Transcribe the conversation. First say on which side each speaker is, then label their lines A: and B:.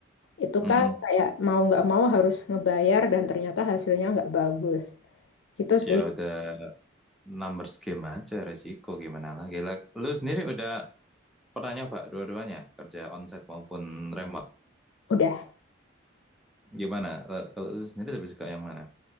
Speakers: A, on the left; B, in the centre.
A: Itu
B: mm-mm.
A: kan kayak mau nggak mau harus ngebayar dan ternyata hasilnya nggak bagus. Gitu
B: Ya
A: sih.
B: udah numbers game aja resiko gimana lagi. Lah, Lu sendiri udah Pernah nyoba dua-duanya, kerja onsite maupun remote.
A: Udah.
B: Gimana? Eh, Kalau lu sendiri lebih suka yang mana?